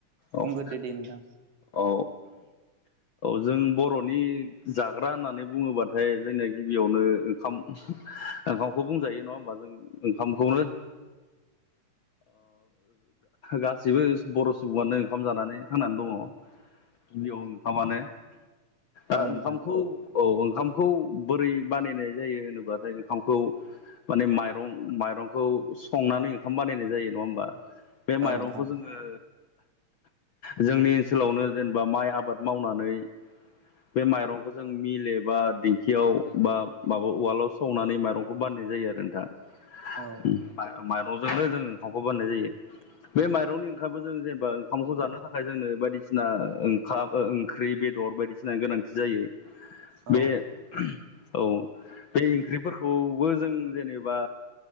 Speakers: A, on the left; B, on the right.
A: औ-
B: बुंग्रोदो दे नोंथां
A: औ जों बर'नि जाग्रा होननानै बुङोबाथाय जोंना गिबियावनो ओंखाम ओंखामखौ बुंजायो नङा होमबा जों ओंखामखौनो गाससिबो बर' सुबुआनो ओंखाम जानानै थांनानै दङ। गिबियाव ओंखामानो ओ
B: औ
A: ओंखामखौ
B: नोंथां
A: औ ओंखामखौ बोरै बानायनाय जायो होनोबाथाय ओंखामखौ माने माइरं माइरंखौ संनानै ओंखाम बानायनाय जायो नङा होमबा? बे माइरंखौ
B: औ नोंथां
A: जोङो <inaudible> जोंनि ओनसोलावनो जेनेबा माइ आबाद मावनानै बे माइरंखौ जों मिल एबा दिंखियाव बा माबा उवालाव सौनानै माइरंखौ बान नायनाय जायो आरो नोंथां
B: औ
A: माइरंजोंनो जों ओंखामखौ बानायनाय जायो। बे माइरंनि ओंखामखो जों जेनेबा ओंखामखौ जानो थाखाय जोंनो बायदिस सिना ओंखाम ओ ओंख्रि बेदर बायदिसिना गोनांथि जायो
B: औ
A: बे <unintelligible> औ बे ओंख्रिफोरखौबो जों जेनेबा